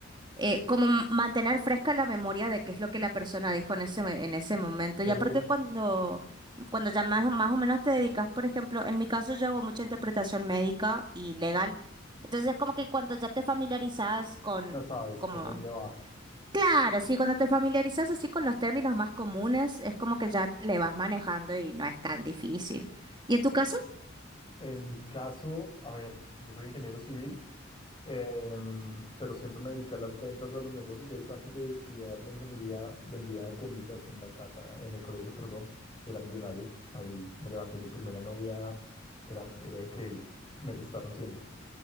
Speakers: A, on the right; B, on the left.
A: eh, como m- mantener fresca la memoria de qué es lo que la persona dijo en ese, me- en ese momento.
B: ok,
A: Y aparte cuando, cuando ya más, más o menos te dedicas, por ejemplo, en mi caso yo hago mucha interpretación médica y legal. Entonces es como que cuando ya te familiarizas con,
B: ya sabes
A: como,
B: por dónde va.
A: claro, sí, cuando te familiarizas así con los términos más comunes, es como que ya le vas manejando y no es tan difícil. ¿Y en tu caso?
B: En mi caso, a ver, yo soy ingeniero civil, em, pero siempre me dediqué a las ventas, a los negocios. De hecho, antes de estudiar la ingeniería, vendía gomitas en la casa, en el colegio, perdón, era millonario. Ahí me levanté mi primera novia, era, era increíble, me gustaron siempre.